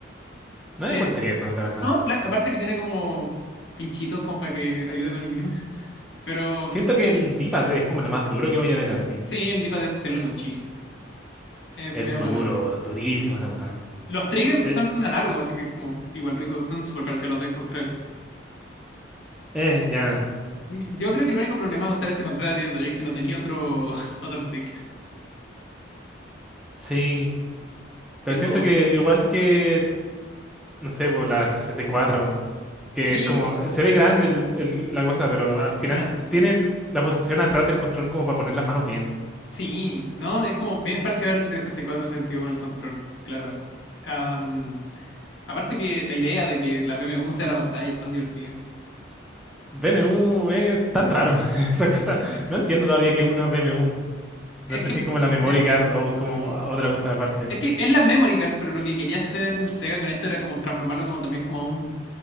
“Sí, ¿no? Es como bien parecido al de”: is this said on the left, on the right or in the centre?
Left